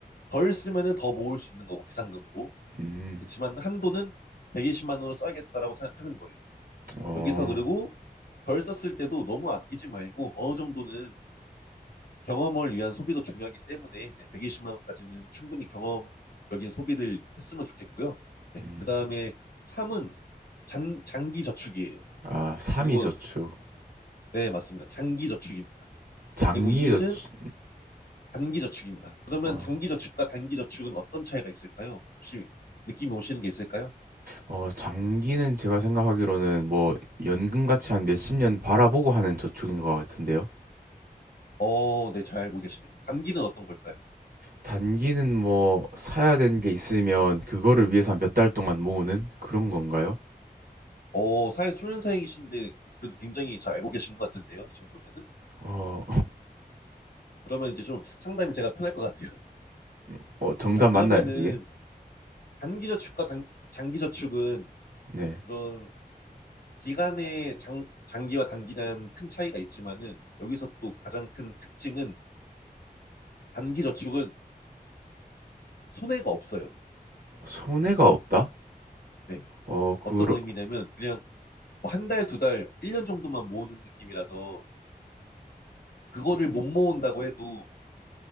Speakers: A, on the left (about 75°); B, on the right (about 70°).
A: 덜 쓰면은 더 모을 수 있는 거고 비상금으로.
B: 음,
A: 그렇지만 한도는 120만 원으로 써야겠다라고 생각하는 거예요.
B: 어,
A: 여기서 그리고 덜 썼을 때도 너무 아끼지 말고 어느 정도는 경험을 위한 소비도 중요하기 때문에 네, 120만 원까지는 충분히 경험적인 소비를 했으면 좋겠고요. 네,
B: 음,
A: 그 다음에 3은 장, 장기 저축이에요.
B: 아, 3이
A: 그리고
B: 저축,
A: 네, 맞습니다. 장기 저축입니다.
B: 장기
A: 그리고 2는
B: 저축,
A: 단기 저축입니다. 그러면
B: 아, 어,
A: 장기 저축과 단기 저축은 어떤 차이가 있을까요? 혹시 느낌이 오시는 게 있을까요?
B: 어, 장기는 제가 생각하기로는 뭐 연금같이 한 몇십 년 바라보고 하는 저축인 것 같은데요.
A: 어, 네, 잘 알고 계시네요. 단기는 어떤 걸까요?
B: 단기는 뭐 사야 되는 게 있으면 그거를 위해서 한 몇 달 동안 모으는 그런 건가요?
A: 어, 사회 초년생이신데 그래도 굉장히 잘 알고 계신 것 같은데요. 이 정도면은.
B: 어,
A: 음. 그러면 이제 좀 상담이 제가 편할 것 같아요. <laughs>
B: <laughs> 어, 정답
A: 자, 그러면은
B: 맞나요, 그게?
A: 단기저축과 단, 장기저축은
B: 네.
A: 그런 기간의 장, 장기와 단기는 큰 차이가 있지만은 여기서 또 가장 큰 특징은 단기저축은 손해가 없어요.
B: 손해가 없다?
A: 네.
B: 어,
A: 어떤
B: 그러,
A: 의미냐면 그냥 뭐한 달, 두 달, 일 년 정도만 모으는 느낌이라서 그거를 못 모은다고 해도